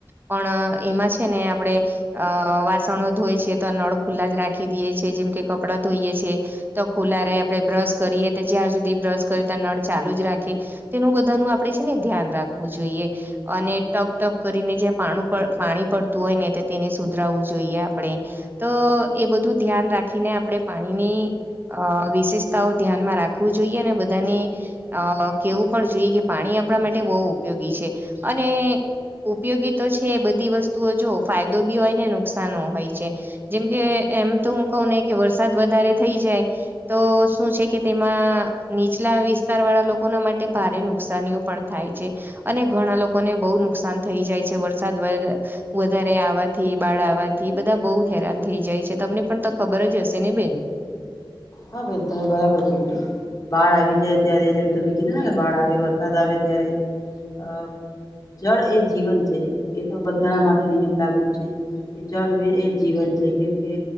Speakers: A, on the right; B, on the left.
A: પણ એમાં છે ને આપડે અહ વાસણો ધોય છે તો નળ ખુલ્લા જ રાખી દેએ છે જેમ કે કપડાં ધોઈએ છે. તો ખુલ્લા રે આપડે બ્રશ કરીએ તો જ્યાં સુધ ઘી બ્રશ કરે ત્યાં નળ ચાલુ જ રાખે તેનું બધા નું આપડે છે ને ધ્યાન રાખવું જોઈએ. અને ટપ ટપ કરીને જ્યાં પાણુંપ પાણી પડતું હોય ને તે તેને સુધરાવવું જોઈએ આપણે તો એ બધું ધ્યાન રાખીને આપણે પાણીની અહ વિશેષતાઓ ધ્યાનમાં રાખવું જોઈએ અને બધાની અહ કેવું પણ જોઈએ કે પાણી આપણા માટે બહુ ઉપયોગી છે અને ઉપયોગી તો છે બધી વસ્તુઓ જો ફાયદો બી હોય ને નુકસાન હોય છે. જેમકે એમ તો હું કઉ ને કે વરસાદ વધારે થઈ જાય તો શું છે કે તેમ માં નીચલા વિસ્તાર વાળા લોકોના માટે ભારે નુકસાનીઓ પણ થાય છે. અને ઘણા લોકોને બહુ નુકસાન થઈ જાય છે વરસાદ વર વધારે આવવાથી બાળ આવવાથી બધા બહુ હેરાન થઈ જાય છે તમને પણ તો ખબર જ હશે ને બેન?
B: હા બેન તમે બરાબર કીધું બાળ આવી જાય ત્યારે જેમ તમે કીધું ને કે બાળ આવે વર સાદ આવે ત્યારે અહ જળ એ જીવન છે એ તો બધાના મા ટે નિયમ લાગુ જ છે કે જળ એ જીવન છે કેમ કે